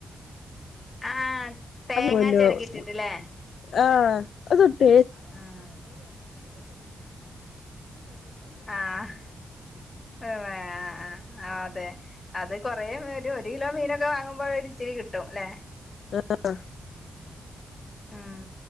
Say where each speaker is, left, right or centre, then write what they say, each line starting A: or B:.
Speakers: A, on the left; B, on the left.
A: ആഹ് തേങ്ങ
B: <unintelligible>
A: ചെരകിട്ടിട്ടില്ലേ
B: <unintelligible> ആഹ് <unintelligible>
A: ആഹ് ആഹ് വേ ആഹ് ആഹ് അതെ അത് കുറേ ഒരു ഒരു കിലോ മീനൊക്കെ വാങ്ങുമ്പോഴ ഒരു ഇച്ചിരി കിട്ടും ല്ലെ
B: ആഹ്
A: ഉം